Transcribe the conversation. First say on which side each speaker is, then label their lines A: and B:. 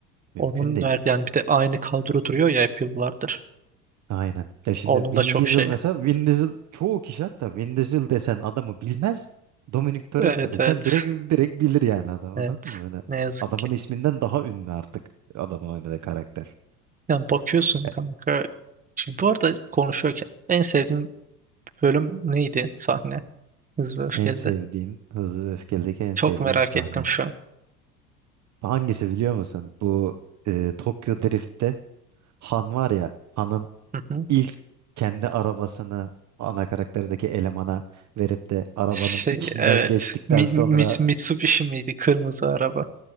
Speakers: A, on the right (about 35°); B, on the right (about 15°).
A: Mümkün
B: Onun
A: değil.
B: derdi yani bir de aynı kadro duruyor ya hep yıllardır.
A: Aynen. Ya şimdi
B: Onun
A: Vin
B: da çok
A: Diesel
B: şeyi.
A: mesela Vin Diesel çoğu kişi hatta Vin Diesel desen adamı bilmez. Dominic Toretto
B: Evet
A: desen
B: evet.
A: direkt direkt bilir yani adam
B: Evet.
A: anladın mı? Hani
B: Ne yazık
A: adamın
B: ki.
A: isminden daha ünlü artık adamın oynadığı karakter.
B: Yani bakıyorsun
A: E,
B: kanka. Şimdi bu arada konuşuyorken en sevdiğin bölüm neydi sahne Hız ve Öfke'de?
A: En sevdiğim Hızlı ve Öfkeli'deki en
B: Çok
A: sevdiğim
B: merak
A: sahne.
B: ettim şu an.
A: Hangisi biliyor musun? Bu e, Tokyo Drift'te Han var ya Han'ın
B: Hı hı.
A: ilk kendi arabasını ana karakterdeki elemana verip de arabanın
B: Şey
A: içinden
B: evet.
A: geçtikten
B: Mi-
A: sonra
B: Mits- Mitsubishi miydi? Kırmızı araba.